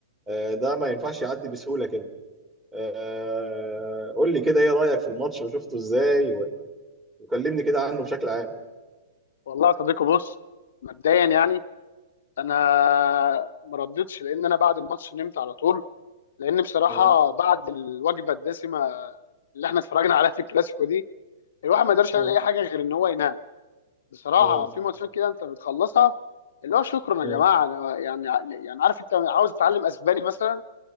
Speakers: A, on the right; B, on the left.
A: آه، ده ما ينفعش يعدي بسهوله كده آه، قول لي كده ايه رأيك في الماتش وشفته ازاي و- وكلمني كده عنه بشكل عام
B: والله يا صديقي بص مبدئيا يعني انا ما ردتش لان انا بعد الماتش نمت على طول لان بصراحه
A: مم،
B: بعد الوجبه الدسمه اللي احنا اتفرجنا عليها في الكلاسيكو دي الواحد ما يقدرش
A: مم،
B: يعمل اي حاجه غير ان هو ينام بصراحه
A: مم،
B: في ماتشات كده انت بتخلصها اللي هو شكرا
A: مم،
B: يا جماعه أنا يعني يعني عارف انت عاوز تتعلم اسباني مثلا